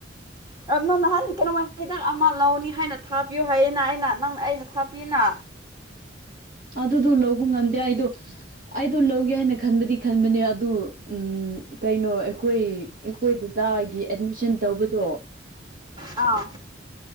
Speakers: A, on the right; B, on the right.
A: ꯑ ꯅꯪ ꯅꯍꯥꯟ ꯀꯩꯅꯣ ꯍꯤꯗꯥꯛ ꯑꯃ ꯂꯧꯅꯤ ꯍꯥꯏꯅ ꯊꯥꯕꯤꯌꯨ ꯍꯥꯏꯌꯦꯅ ꯑꯩꯅ ꯅꯪ ꯑꯩꯅ ꯊꯥꯄꯤꯌꯦꯅ
B: ꯑꯗꯨꯗꯨ ꯂꯧꯕ ꯉꯝꯗꯦ ꯑꯩꯗꯣ ꯑꯩꯗꯨ ꯂꯧꯒꯦ ꯍꯥꯏꯅ ꯈꯟꯕꯗꯤ ꯈꯟꯕꯅꯦ ꯑꯗꯨ ꯎꯝ ꯀꯩꯅꯣ ꯑꯈꯣꯏ ꯑꯩꯈꯣꯏ ꯗꯥꯗꯥꯒꯤ ꯑꯦꯠꯃꯤꯁꯟ ꯇꯧꯕꯗꯣ
A: ꯑꯥ